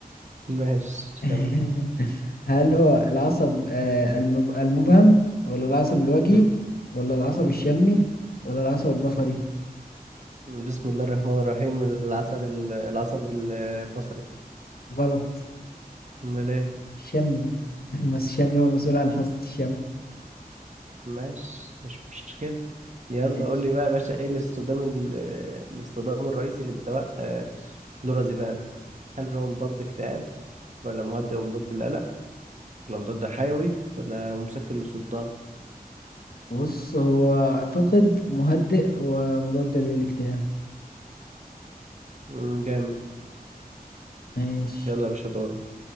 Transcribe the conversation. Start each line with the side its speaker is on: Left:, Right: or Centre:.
Right: ماشي
Left: <laughs>
Right: كمل
Left: هل هو العصب آه، المب- المبهم ولا العصب الوجهي
Right: مم.
Left: ولا العصب الشمي ولا العصب البصري
Right: بسم الله الرحمن الرحيم العصر ال- العصب البصري
Left: غلط
Right: أمال إيه؟
Left: الشمي <laughs> بس الشمي هو المسؤول عن حاسة الشم
Right: ماشي مش مشكلة يلا
Left: ماشي
Right: قول لي بقى يا باشا إيه الاستخدام ال- آه، الاستخدام الرئيسي للدواء آه، لورازيبام هل هو مضاد اكتئاب ولا مهدئ ومضاد للقلق الأمراض ده حيوي ولا مسكن للصداع
Left: بص هو أعتقد مهدئ ومضاد للاكتئاب
Right: مم، جامد
Left: ماشي
Right: يلا يا باشا دور